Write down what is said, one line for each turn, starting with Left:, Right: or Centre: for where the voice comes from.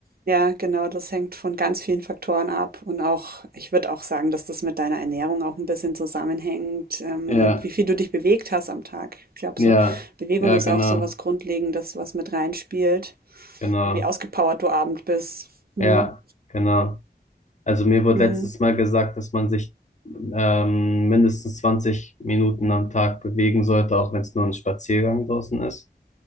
Right: ja, genau, das hängt von ganz vielen Faktoren ab. Und auch, ich würde auch sagen, dass das mit deiner Ernährung auch ein bisschen zusammenhängt, ähm,
Left: Ja,
Right: und wie viel du dich bewegt hast am Tag. Ich glaube,
Left: ja,
Right: so Bewegung
Left: ja,
Right: ist
Left: genau,
Right: auch so was Grundlegendes, was mit reinspielt.
Left: genau,
Right: wie ausgepowert du abend bist. Hm,
Left: ja, genau. Also mir wurde
Right: hm,
Left: letztes Mal gesagt, dass man sich ähm, mindestens 20 Minuten am Tag bewegen sollte, auch wenn es nur ein Spaziergang draußen ist.